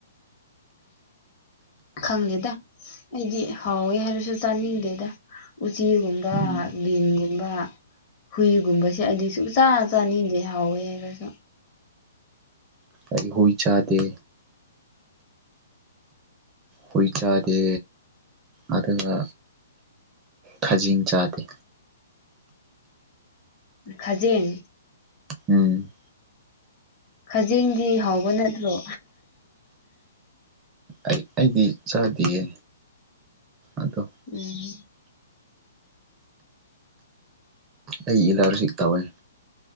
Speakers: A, on the left; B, on the right.
A: ꯎ ꯈꯪꯗꯦꯗ ꯑꯩꯗꯤ ꯍꯥꯎꯋꯦ ꯍꯥꯏꯔꯁꯨ ꯆꯥꯅꯤꯡꯗꯦꯗ ꯎꯆꯤꯒꯨꯝꯕ
B: ꯎꯝ
A: ꯂꯤꯟꯒꯨꯝꯕ ꯍꯨꯏꯒꯨꯝꯕꯁꯦ ꯑꯩꯗꯤ ꯁꯨꯡꯆꯥ ꯆꯥꯅꯤꯗꯤ ꯍꯥꯎꯋꯦ ꯍꯥꯏꯔꯁꯨ
B: ꯑꯩ ꯍꯣꯏ ꯆꯗꯦ ꯍꯨꯏ ꯆꯥꯗꯦ ꯑꯗꯨꯒ ꯈꯥꯖꯤꯡ ꯆꯥꯗꯦ
A: ꯈꯖꯤꯡ
B: ꯎꯝ
A: ꯈꯖꯦꯡꯗꯤ ꯍꯥꯎꯕ ꯅꯠꯇ꯭ꯔꯣ
B: ꯑꯩ ꯑꯩꯗꯤ ꯆꯥꯗꯦꯌꯦ ꯑꯗꯣ
A: ꯎꯝ
B: ꯑꯩ ꯑꯦꯂꯥꯔꯖꯤꯛ ꯇꯧꯋꯦ